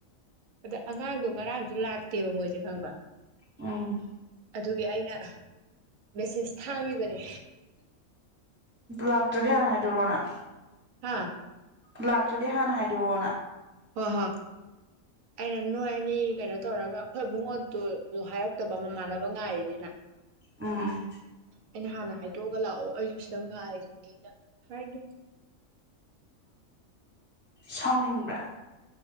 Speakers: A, on the right (about 75°); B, on the right (about 20°).
A: ꯑꯗ ꯑꯉꯥꯡꯗꯣ ꯉꯔꯥꯡꯁꯨ ꯂꯥꯛꯇꯦꯕ ꯃꯣꯏꯁꯦ ꯈꯪꯉꯕ
B: ꯎꯝ
A: ꯑꯗꯨꯒꯤ ꯑꯩꯅ ꯃꯦꯁꯦꯁ ꯊꯥꯒꯤꯕꯅꯦ
B: ꯂꯥꯛꯇ꯭ꯔꯗꯤ ꯍꯥꯟꯅ ꯍꯥꯏꯗꯣꯔꯛꯑꯣꯅ
A: ꯍꯥꯥ
B: ꯂꯥꯛꯇ꯭ꯔꯗꯤ ꯍꯥꯟꯅ ꯍꯥꯏꯗꯣꯔꯛꯑꯣꯅ
A: ꯍꯣꯏ ꯍꯣꯏ ꯑꯩꯅ ꯅꯣꯏ ꯑꯅꯤ ꯀꯩꯅꯣ ꯇꯧꯔꯒ ꯑꯩꯈꯣꯏ ꯏꯕꯨꯡꯉꯣꯗꯨꯁꯨ ꯍꯥꯏꯔꯛꯇꯕ ꯃꯃꯥꯟꯅꯕ ꯉꯥꯏꯔꯤꯅꯦꯅ
B: ꯎꯝ
A: ꯑꯩꯅ ꯍꯥꯟꯅ ꯍꯥꯏꯗꯣꯛꯑꯒ ꯂꯥꯛꯑꯣ ꯑꯩꯁꯨ ꯁꯦꯇꯪꯡ ꯉꯥꯏꯔꯤꯅꯤꯅ ꯍꯥꯏꯒꯦ
B: ꯁꯥꯎꯅꯤꯡꯕ꯭ꯔ